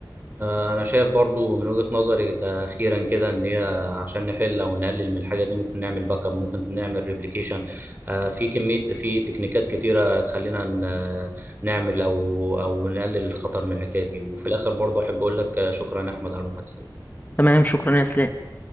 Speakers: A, on the right (about 25°); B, on the left (about 25°).
A: آه، أنا شايف برضو من وجهة نظري أخيرا كده إن هي عشان نحل أو نقلل من الحاجة دي ممكن نعمل باك اب ممكن نعمل ريبليكيشن آه، في كمية في تكنيكات كتيرة تخلينا ن- نعمل أو أو نقلل الخطر من الحكاية دي وفي الآخر برضو أحب أقول لك آه، شكرا يا أحمد على المحادثة دي.
B: تمام شكرا يا إسلام